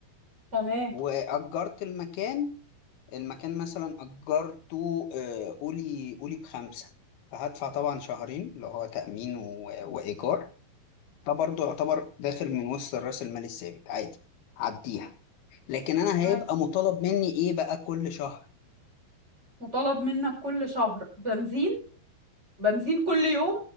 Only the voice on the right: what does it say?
تمام
أيوة.
مطالب منك كل شهر بنزين بنزين كل يوم